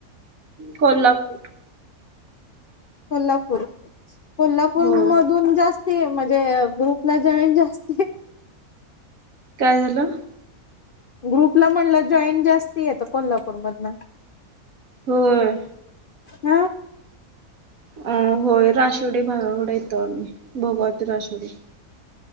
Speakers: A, on the right (about 70°); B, on the left (about 55°).
A: कोल्हापूर,
B: कोल्हापूर, कोल्हापूरमधून
A: होय.
B: जास्ती म्हणजे ग्रुपला जाॉईन जास्त
A: काय झालं?
B: ग्रुपला म्हटलं जॉईन जास्त आहेत कोल्हापूरमधन
A: होय,
B: हा
A: अ होय राशिवडे भागाकडे येतो आम्ही भोगावाती राशिवडे,